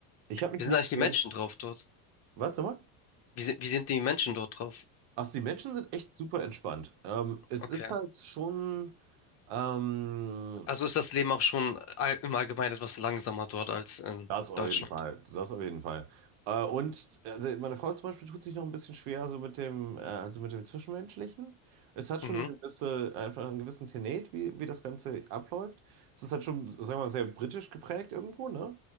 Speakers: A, on the right; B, on the left.
A: Ich habe mich
B: Wie sind
A: nicht.
B: eigentlich die
A: ähm,
B: Menschen drauf dort?
A: Was nochmal?
B: Wie sind, wie sind die Menschen dort drauf?
A: Ach, so, die Menschen sind echt super entspannt. Ähm, es
B: Okay.
A: ist halt schon ähm,
B: Also ist das Leben auch schon all, im Allgemeinen etwas langsamer dort als in
A: Das auf
B: Deutschland.
A: jeden Fall, das auf jeden Fall. Äh, und also meine Frau zum Beispiel tut sich noch ein bisschen schwer so mit dem, äh, also mit dem Zwischenmenschlichen. Es hat
B: Mhm.
A: schon eine gewisse, einfach einen gewissen Tenet, wie, wie das Ganze abläuft. Es ist halt schon, sagen wir mal, sehr britisch geprägt irgendwo, ne?